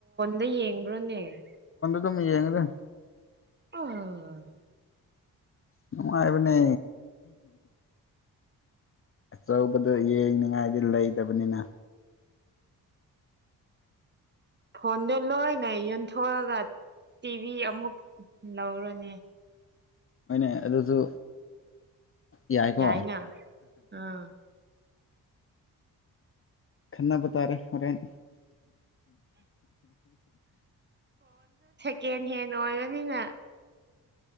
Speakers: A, on the right; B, on the left.
A: ꯗ ꯌꯦꯡꯕ꯭ꯔꯣꯅꯦ
B: ꯗꯝ ꯌꯦꯡꯒꯗ
A: ꯑ
B: ꯑꯣꯅꯨꯡꯥꯏꯕꯅꯦ ꯑꯆꯧꯕꯗ ꯌꯦꯡꯅꯤꯡꯉꯥꯏꯗꯤ ꯂꯩꯇꯕꯅꯤꯅ
A: ꯐꯣꯟꯗꯣ ꯂꯣꯏꯅꯦ ꯌꯟꯊꯣꯛꯑꯒ ꯇꯤꯚꯤ ꯑꯃꯨꯛ ꯂꯧꯔꯅꯦ
B: ꯃꯣꯏꯅꯦ ꯑꯗꯨꯁꯨ ꯌꯥꯏꯀꯣ
A: ꯌꯥꯏꯅ ꯑꯥ
B: ꯈꯟꯅꯄ ꯇꯥꯔꯦ ꯍꯣꯔꯦꯟ
A: ꯀꯦꯟ ꯍꯦꯟ ꯑꯣꯏꯔꯅꯤꯅ